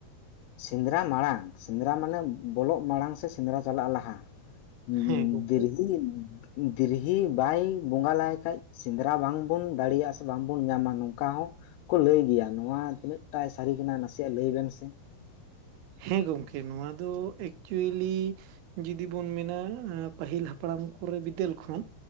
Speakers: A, on the left (about 85°); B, on the right (about 80°).
A: ᱥᱮᱸᱫᱽᱨᱟ ᱢᱟᱲᱟᱝ᱾ ᱥᱮᱸᱫᱽᱨᱟ ᱢᱟᱱᱮ ᱵᱚᱞᱚᱜ ᱢᱟᱲᱟᱝ ᱥᱮ ᱥᱮᱸᱫᱽᱨᱟ ᱪᱟᱞᱟᱜ ᱞᱟᱦᱟ᱾ ᱦᱩᱸᱦᱩᱸᱻ᱾
B: ᱦᱮᱸ ᱜᱚᱝᱠᱮ
A: ᱫᱤᱨᱦᱤ, ᱫᱤᱨᱦᱤ ᱵᱟᱭ ᱵᱚᱸᱜᱟ ᱞᱟᱭ ᱠᱷᱟᱡ ᱥᱮᱸᱫᱽ ᱡᱟᱦᱟᱸ ᱵᱟᱝᱵᱚᱱ ᱫᱟᱲᱮᱭᱟᱜᱼᱟ ᱥᱮ ᱵᱟᱝᱵᱚᱱ ᱧᱟᱢᱟ ᱱᱚᱝᱠᱟ ᱦᱚᱸ ᱠᱚ ᱞᱟᱹᱭ ᱜᱮᱭᱟ᱾ ᱱᱚᱣᱟ ᱛᱤᱱᱟᱹᱜ ᱴᱟᱭ ᱥᱟᱹᱨᱤ ᱠᱟᱱᱟ ᱱᱟᱥᱮ ᱞᱟᱹᱭ ᱵᱮᱱ ᱥᱮ᱾
B: ᱦᱮᱸ ᱜᱚᱢᱠᱮ ᱱᱚᱶᱟ ᱫᱚ ᱮᱠᱪᱩᱭᱮᱞᱤ ᱡᱩᱫᱤ ᱵᱚᱱ ᱢᱮᱱᱟ ᱯᱟᱹᱦᱤᱞ ᱦᱟᱯᱲᱟᱢ ᱠᱚᱨᱮ ᱵᱤᱫᱟᱹᱞ ᱠᱷᱚᱱ